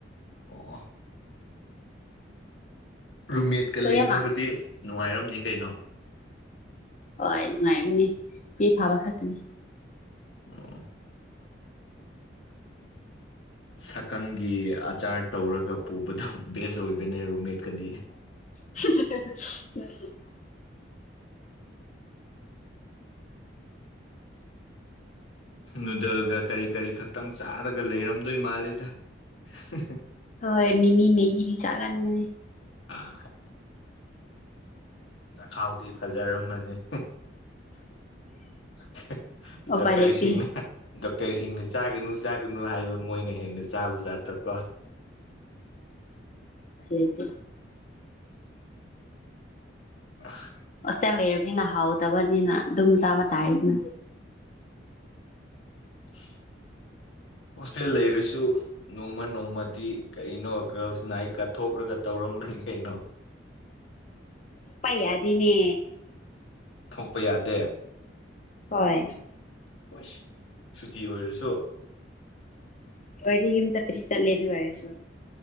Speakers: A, on the left; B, on the left.
A: ꯑꯣ ꯔꯨꯝꯃꯦꯠꯀ
B: ꯇꯣꯌꯦꯃ
A: ꯂꯩꯅꯕꯗꯤ ꯅꯨꯡꯉꯥꯏꯔꯝꯅꯤ ꯀꯩꯅꯣ
B: ꯍꯣꯏ ꯅꯨꯡꯉꯥꯏꯝꯅꯦ ꯃꯤ ꯐꯕ ꯈꯛꯇꯅꯦ
A: ꯑꯣ ꯁꯛꯀꯪꯒꯤ ꯑꯆꯥꯔ ꯇꯧꯔꯒ ꯄꯨꯕꯗꯨ ꯕꯦꯁ ꯑꯣꯏꯕꯅꯦ ꯔꯨꯝꯃꯦꯠꯀꯗꯤ
B: ꯍꯝꯍ ꯍ ꯍ ꯎꯝ
A: ꯅꯨꯗꯜꯒ ꯀꯔꯤ ꯀꯔꯤ ꯈꯛꯇꯪ ꯆꯥꯔꯒ ꯂꯩꯔꯝꯗꯣꯏ ꯃꯥꯜꯂꯦꯗ ꯑꯍꯍ
B: ꯍꯣꯏ ꯃꯤꯃꯤ ꯃꯦꯒꯤꯗꯤ ꯆꯥꯒꯟꯕꯅꯦ
A: ꯑꯥ ꯆꯈꯥꯎꯗꯤ ꯐꯖꯔꯝꯃꯅꯤ ꯍ ꯍꯦ
B: ꯎꯄꯥꯏ
A: ꯗꯛꯇꯔꯁꯤꯡꯅ
B: ꯂꯩꯇꯦ
A: ꯗꯛ ꯇꯔꯁꯤꯡꯅ ꯆꯥꯒꯅꯨ ꯆꯥꯒꯅꯨ ꯍꯥꯏꯕ ꯃꯣꯏꯅ ꯍꯦꯟꯅ ꯆꯥꯕ ꯖꯥꯠꯇꯣꯀꯣ
B: ꯎꯄꯥꯏ ꯂꯩꯇꯦ
A: ꯑꯥ
B: ꯍꯣꯁꯇꯦꯜ ꯂꯩꯔꯕꯅꯤꯅ ꯍꯥꯎꯇꯕꯅꯤꯅ ꯑꯗꯨꯝ ꯆꯥꯕ ꯇꯥꯔꯦꯗꯅ
A: <unintelligible> ꯍꯣꯁꯇꯦꯜ ꯂꯩꯔꯁꯨ ꯅꯣꯡꯃ ꯅꯣꯡꯃꯗꯤ ꯀꯔꯤꯅꯣ ꯒ꯭ꯔꯜꯁ ꯅꯥꯏꯠꯀ ꯊꯣꯛꯔꯒ ꯇꯧꯔꯝꯕꯅꯤ ꯀꯩꯅꯣ
B: ꯄꯥꯏ ꯌꯥꯗꯦꯅꯦ
A: ꯊꯣꯛꯄ ꯌꯥꯗꯦ
B: ꯍꯣꯏ
A: ꯑꯨꯁ ꯁꯨꯇꯤ ꯑꯣꯏꯔꯁꯨ
B: ꯅꯣꯏꯗꯤ ꯌꯨꯝ ꯆꯠꯄꯗꯤ ꯆꯠꯂꯦ ꯑꯗꯨ ꯑꯣꯏꯔꯁꯨ